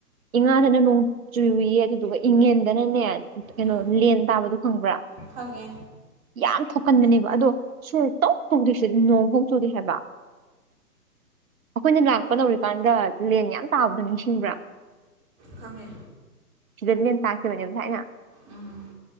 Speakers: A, on the right; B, on the right.
A: ꯏ ꯉꯥꯗꯅ ꯅꯣꯡ ꯆꯨꯌꯦ ꯑꯗꯨꯗꯨꯒ ꯏꯪꯉꯦꯟꯗꯅꯅꯦ ꯀꯩꯅꯣ
B: ꯎꯝ
A: ꯂꯦꯟ ꯇꯥꯕꯗꯨꯣ ꯈꯪꯕ꯭ꯔꯥ
B: ꯈꯪꯉꯦ
A: ꯌꯥꯝ ꯊꯣꯛꯀꯟꯕꯅꯦꯕ ꯑꯗꯣ ꯁꯨꯝ ꯇꯧ ꯇꯧꯗ꯭ꯔꯤꯁꯦ ꯅꯣꯡ ꯐꯧ ꯆꯨꯗꯦ ꯍꯥꯏꯕ ꯑꯩꯈꯣꯏꯅ ꯂꯥꯛꯄ ꯅꯧꯔꯤꯀꯥꯟꯗ ꯂꯦꯟ ꯌꯥꯝ ꯇꯥꯕꯗꯣ ꯅꯤꯡꯁꯤꯡꯕ꯭ꯔꯥ
B: ꯈꯪꯉꯦ
A: ꯁꯤꯗꯦꯟ ꯇꯥꯥꯁꯦꯕꯅꯦꯕ ꯊꯅ
B: ꯎꯝ